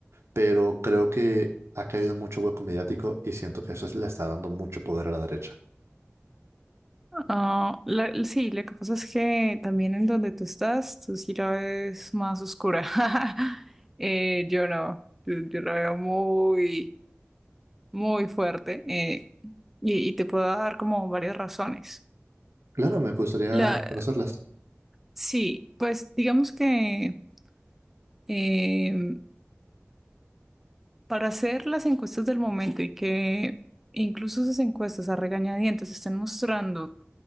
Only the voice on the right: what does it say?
pero creo que ha caído en mucho hueco mediático y siento que eso es- le está dando mucho poder a la derecha.
Claro, me gustaría
conocerlas.